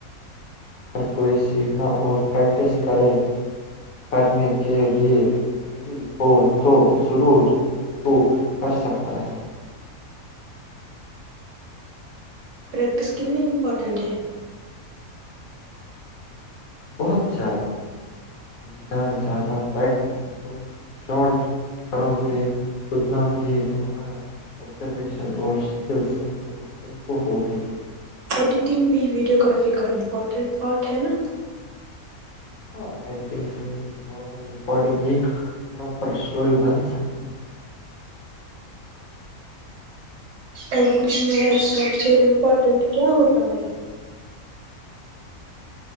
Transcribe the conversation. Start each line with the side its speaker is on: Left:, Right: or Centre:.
Left: اگر کوئی سیکھنا اور پریکٹس کریں کرنے کے لئے ریڈی ہو تو ضرور امپرو کر سکتا ہے
Right: پریکٹس کنی امپورٹنٹ ہے
Left: بہت زیادہ جتنا زیادہ پریکٹ تم شارٹ کرو گے اتنا ہی تمہارا آبزرویشن اور اسکلس امپ امپرو ہوگی
Right: ایڈیٹنگ بھی ویڈیو گرافی کا امپورٹنٹ پارٹ ہے نا
Left: ہاں ایڈیٹنگ سے ایک نارمل ریکارڈنگ ایک پراپر اسٹوری بن سکتی ہے
Right: ایک میں سب سے امپورٹینٹ کیا ہوتا ہے